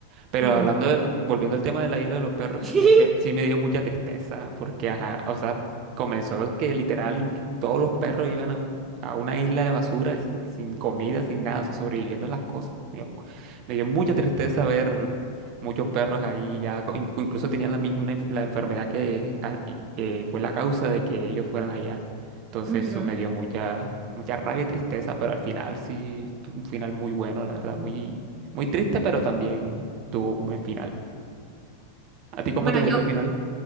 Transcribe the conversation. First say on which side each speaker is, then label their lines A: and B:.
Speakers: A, on the right (about 40°); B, on the right (about 20°).
A: Pero
B: Mm.
A: hablando del, volviendo al tema de la isla de los perros,
B: <laughs>
A: es que sí me dio mucha tristeza porque, ajá, o sea, comenzó que literal todos los perros iban a, un- a una isla de basura sin, sin comida, sin nada, o sea, sobreviviendo a las cosas. Me dio, me dio mucha tristeza ver muchos perros ahí ya, co- in- incluso tenían la, mi- una enf- la enfermedad que ah, y- eh, fue la causa de que ellos fueran allá. Entonces
B: Ujú.
A: eso me dio mucha, mucha rabia y tristeza, pero al final sí, tu- un final muy bueno, la verdad, muy, muy triste, pero también tuvo un buen final. ¿A ti cómo
B: Bueno,
A: te gusta
B: yo,
A: el final?